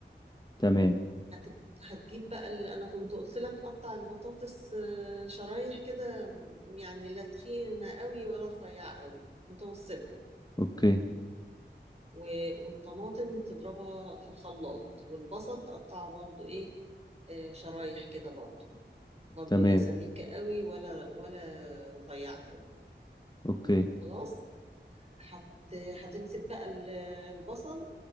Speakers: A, on the left; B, on the right.
A: تمام
B: هت... هتجيب بقى اللي انا كنت قلت لك قطع البطاطس آه، شرايح كده يعني لا تخينه قوي ولا رفيعه قوي متوسطه
A: أوكي
B: و... والطماطم تضربها في الخلاط والبصل تقطعه برضو ايه آه، شرايح كده برضو برضو
A: تمام
B: لا سميكه قوي ولا ولا رفيعه قوي
A: أوكي
B: خلاص هت... هتمسك بقى ال- البصل